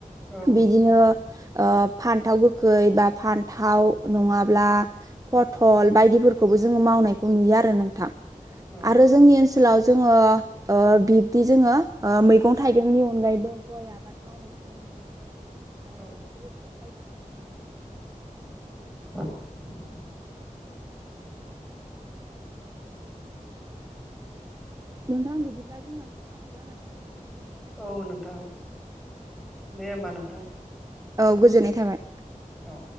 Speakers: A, in the centre; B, on the right.
A: औ
B: बेदिनो ओ फान्थाव गोखै बा फान्थाव नङाब्ला फटल बायदिफोरखौबो जोङो मावनायखौ नुयो आरो नोंथां
A: औ
B: आरो जोंनि ओनसोलाव जोङो ओ बिब्दि जोङो ओ मैगं थाइगंनि अनगायैबो गय आबाद मावनायखौबो
A: औ
B: <unintelligible> <unintelligible>
A: <inaudible>
B: नोंथांबो बिदिब्ला जोंना खहाबो जानानै फैबाय
A: औ नोंथां दे होमबा नोंथां
B: औ गोजोननाय थाबाय
A: औ